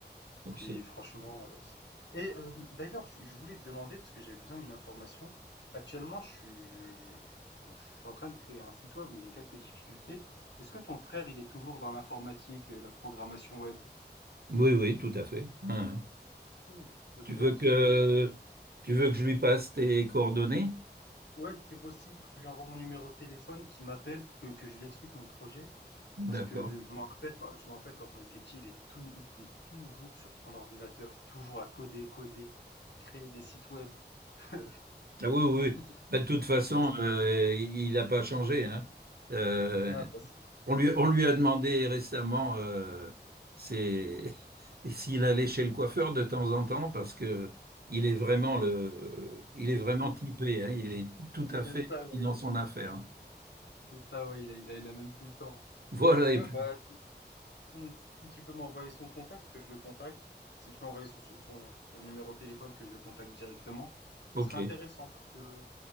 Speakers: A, on the right; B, on the left.
A: Bon,
B: Puis
A: c'est-
B: franchement, heu, c'est et heu, d'ailleurs, je je voulais te demander, parce que j'avais besoin d'une information. Actuellement, je suis je je je donc je suis en train de créer un site web, mais j'ai quelques difficultés. Est-ce que ton frère, il est toujours dans l'informatique, heu, la programmation web?
A: oui, oui, tout à fait. Ouais. ouais.
B: OK, donc
A: Tu veux
B: euh, ouais, parce
A: que
B: que je je
A: tu veux que je lui passe tes coordonnées?
B: ouais, si c'est possible, tu lui envoies mon numéro de téléphone, qu'il m'appelle, que que je lui explique mon projet, parce
A: D'accord.
B: que je je m'en rappelle quand je me rappelle quand on était petits, il est tout il était toujours sur son ordinateur, toujours à coder, coder, créer des sites web. <laughs>
A: Ah
B: C'était
A: oui, oui. oui.
B: c'était
A: Bah, de toute façon,
B: ouais,
A: euh, il n'a pas changé, hein. Euh,
B: Ah, bah, c'est
A: on lui, on lui
B: c'est-
A: a demandé récemment euh, c'est- <laughs> s'il allait chez le coiffeur de temps en temps parce que il est vraiment
B: Mhm.
A: le, il est vraiment typé, hein. Il est tout à fait
B: c'est ça,
A: pris
B: ouais.
A: dans son affaire.
B: C'est ça, ouais. Il a, il a, il a même plus le temps.
A: Voilà, et
B: Ouais,
A: puis,
B: bah, tu- hmm, si si tu peux m'envoyer son contact, que je le contacte. Si tu peux m'envoyer son, son, son son numéro de téléphone, que je le contacte directement. Ça
A: ok.
B: serait intéressant parce que,